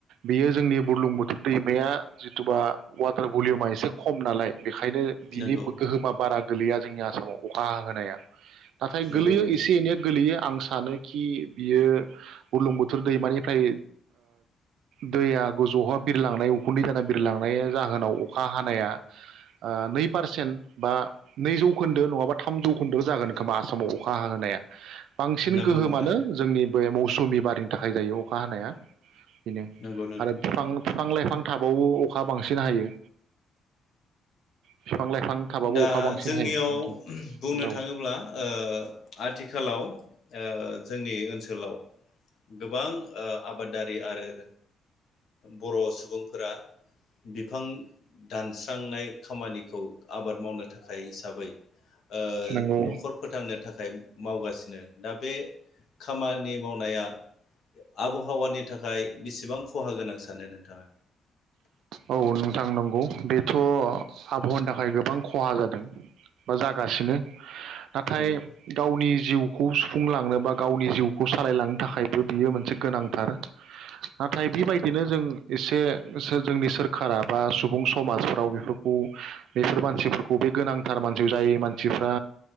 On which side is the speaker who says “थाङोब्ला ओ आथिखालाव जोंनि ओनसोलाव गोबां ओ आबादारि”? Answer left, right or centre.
Left